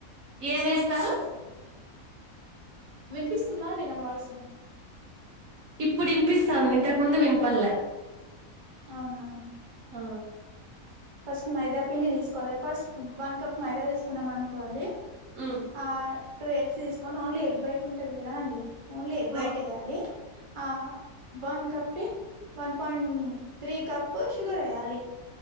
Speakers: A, on the right; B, on the right.
A: ఏం వేస్తారు
B: వినిపిస్తుందా అండి నా వాయిస్
A: ఇప్పుడు వినిపిస్తాంది ఇంతకు ముందు వినిపడల
B: అవునా
A: ఆ
B: ఫస్ట్ మైదా పిండి తీసుకోవాలి ఫస్ట్ వన్ కప్ మైదా తీసుకుందాం అనుకోండి
A: ఉమ్
B: ఆ టూ ఎగ్స్ తీసుకొని ఓన్లీ ఎగ్ వైట్ ఉంటది కదా అండి ఓన్లీ ఎగ్
A: ఆ
B: వైట్ వేయాలి ఆ వన్ కప్పి one point three cup sugar వేయాలి